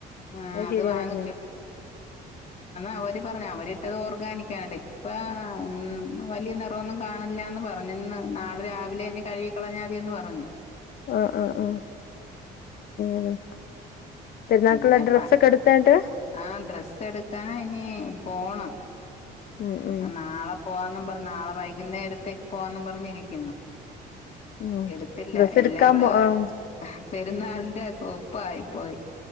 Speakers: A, on the left; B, on the left.
A: ആഹ്
B: അത് ശരിയാ
A: വാങ്ങിച്ചു
B: പറഞ്ഞേ
A: അവര് പറഞ്ഞു അവരിട്ടത് ഓർഗാനിക്കാണ് കേട്ടെ ഇപ്പ ഉം വലിയ നിറഒന്നും കാണില്ലന്ന് പറഞ്ഞു പറഞ്ഞന്ന് നാളെ രാവിലെ കഴുകിക്കളഞ്ഞാതിയന്ന് പറഞ്ഞ്
B: ആഹ് ആഹ് ആഹ് അഹ് പിള്ളേർക്കുള്ള
A: പിന്നെ
B: ഡ്രസ്സ
A: പ
B: ഒക്കെ എടുത്തായിട്ട്
A: ആഹ് ഡ്രസ്സ് എടുക്കാ ഇനി പോണം
B: ഉം ഉം
A: നാളെ പോവാെന്നും പറഞ്ഞു നാളെ വൈകുന്നേരത്തേക്ക് പോവാ പറഞ്ഞിരിക്ക്ന്ന്
B: ഉം
A: എടുത്തില്ല
B: ഡ്രസ്സ്
A: എല്ലാവടെ
B: എടുക്കാൻ പോ ആഹ്
A: പെരുന്നാളിന്റെ ഒപ്പായി പോയി